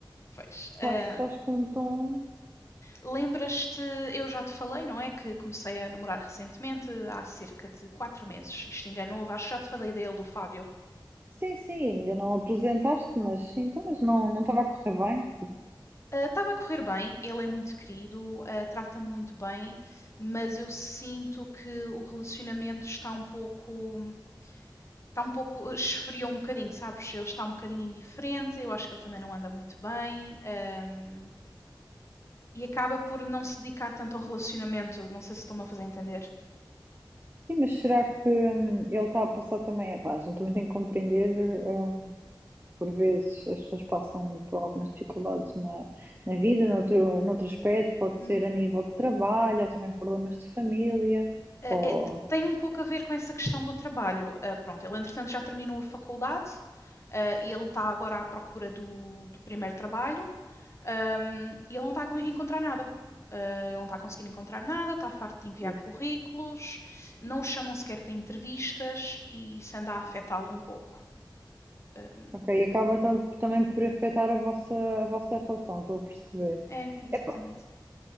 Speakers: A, on the left; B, on the right.
A: Pois. ah,
B: estás, estás com um tom.
A: lembras-te, eu já te falei, não é? Que comecei a namorar recentemente, há cerca de 4 meses. Isto ainda é novo, acho que já te falei dele, do Fábio.
B: Sim, sim, ainda não apresentaste, mas sim, então, mas não, não estava a correr bem. Tipo,
A: Ah, Estava uh, a correr bem, ele é muito querido, ah, trata-me muito bem, mas eu sinto que o relacionamento está um pouco. Está um pouco. esfriou um bocadinho, sabes? Ele está um bocadinho indiferente, eu acho que ele também não anda muito bem. ahm, e acaba por não se dedicar tanto ao relacionamento, não sei se estou-me a fazer entender.
B: sim, mas será que hum, ele está a passar também? Epá, a gente também tem que compreender. hum, por vezes as pessoas passam por algumas dificuldades na, na vida, noutro, noutro aspecto, pode
A: Uhum.
B: ser a nível de trabalho, ou também problemas de família,
A: Eh,
B: ou
A: eh, tem um pouco a ver com essa questão do trabalho. Eh, pronto, ele entretanto já terminou a faculdade, eh, e ele está agora à procura do, do primeiro trabalho. Um, e ele não está a encontrar nada. Uh, ele não está a conseguir encontrar nada, está farto de enviar
B: isso.
A: currículos, não o chamam sequer para entrevistas e isso anda a afetá-lo um pouco. Um,
B: Ok, e acaba tam- também por afetar a vossa, a vossa relação, estou a perceber.
A: é, exatamente.
B: Epá,